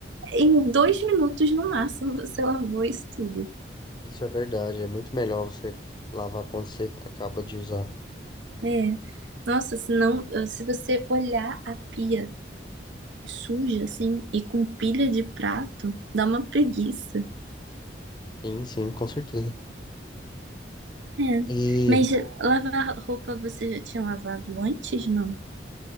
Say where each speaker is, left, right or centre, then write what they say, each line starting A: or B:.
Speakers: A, on the right; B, on the left.
A: Em dois minutos, no máximo, você lavou isso tudo.
B: Isso é verdade, é muito melhor você lavar quando você acaba de usar.
A: É. Nossa, senão, se você olhar a pia suja, assim, e com pilha de prato, dá uma preguiça.
B: Sim, sim, com certeza.
A: É,
B: E
A: mas lavar roupa você já tinha lavado antes, não?